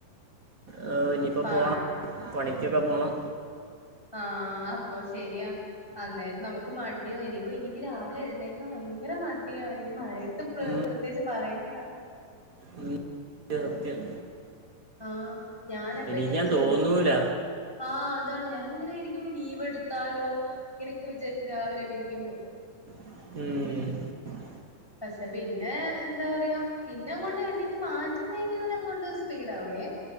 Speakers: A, on the right; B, in the centre.
A: ഏഹ് ഇനിയിപ്പോ
B: പാഴാണ്
A: പോണം പണിക്ക്യക്കെ പോണം
B: ആഹ് അപ്പൊ ശരിയാ അന്നേരം നമുക്ക് മടിയനോ എനിക്ക് രാവിലെ എഴുന്നേക്കാൻ ഭയങ്കര മടിയാ ഇനി മഴയത്ത് ഇപ്പൊ
A: ഉം,
B: പ്രത്യേയിച്ച് പറയണ്ട
A: ഉം, സത്യം
B: ആഹ് ഞാനപ്പ
A: എണീക്കാൻ
B: ഇങ്ങനെ ചിന്തി
A: തോന്നൂല
B: ആഹ് അതാണ് ഞാനപ്പങ്ങനെ എണീക്കുമ്പ ലീവ് എടുത്താലോ അങ്ങനൊക്കെ വിചാരിക്കും രാവിലെ എണീക്കുമ്പോ
A: ഉം
B: പക്ഷെ പിന്നെ എന്താ പറയാ, പിന്നെ അങ്ങോട്ട് എണീറ്റ് മാറ്റിക്കഴിഞ്ഞാൽ അങ്ങോട്ട് സ്പീഡ ആവുവേ